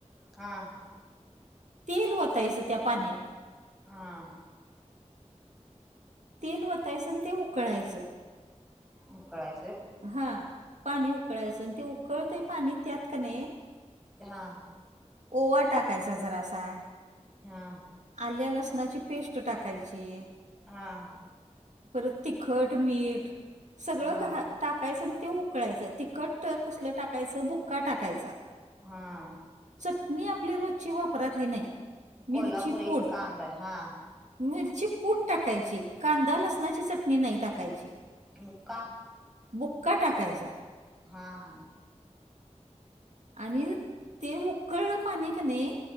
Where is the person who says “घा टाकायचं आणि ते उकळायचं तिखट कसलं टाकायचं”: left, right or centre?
Right